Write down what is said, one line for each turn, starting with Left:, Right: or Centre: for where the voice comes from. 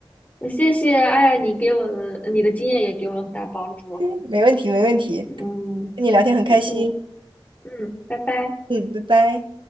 Left: 那谢谢，哎呀，你给我的你的经验也给我了很大帮助，
Right: 没问题，没问题，
Left: 嗯，
Right: 跟你聊天很开心。
Left: 谢谢，嗯，拜拜。
Right: 嗯，拜拜。